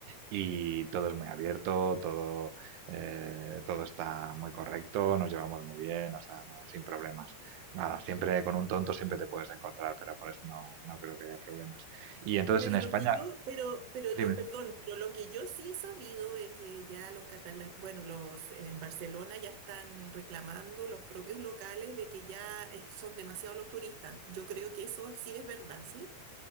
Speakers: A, on the right; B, on the right.
A: y todo es muy abierto, todo, eh, todo está muy correcto, nos llevamos muy bien, o sea, no, sin problemas. Nada, siempre con un tonto siempre te puedes encontrar, pero por eso no, no creo que haya problemas. Y entonces
B: Pero
A: en España,
B: lo que yo, pero, pero
A: dime,
B: lo, perdón, pero lo que yo sí he sabido de que ya los catalanes, bueno, los en Barcelona ya están reclamando los propios locales de que ya eh, son demasiados los turistas. Yo creo que eso sí es verdad, ¿sí?